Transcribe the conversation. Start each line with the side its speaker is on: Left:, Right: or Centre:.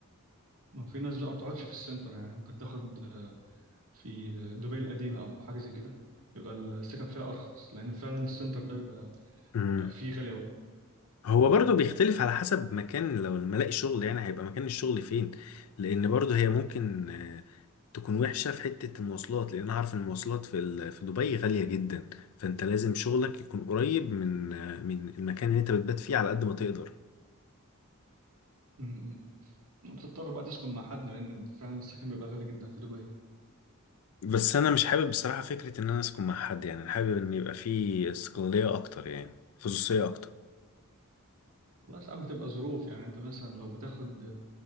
Right: ما هو في ناس بقى ما بتقعدش في السنتر يعني ممكن تاخد في آه، دبي القديمه او حاجه زي كده يبقى السكن فيها ارخص لان فعلا السنتر ده بيبقى
Left: امم
Right: فيه غالي قوي
Left: هو برضو بيختلف على حسب مكان لو لما الاقي شغل يعني هيبقى مكان الشغل فين لأن برضو هي ممكن آه، تكون وحشة في حتة المواصلات لأن أنا عارف إن المواصلات في ال- في دبي غالية جدا فأنت لازم شغلك يكون قريب من آه، من المكان اللي أنت بتبات فيه على قد ما تقدر
Right: م- م. بتضطر بقى تسكن مع حد لان فعلا السكن بيبقى غالي جدا في دبي
Left: بس انا مش حابب بصراحة فكرة ان انا اسكن مع حد يعني انا حابب ان يبقى في استقلالية اكتر يعني خصوصية اكتر
Right: والله ساعات بتبقى ظروف يعني انت مثلا لو بتاخد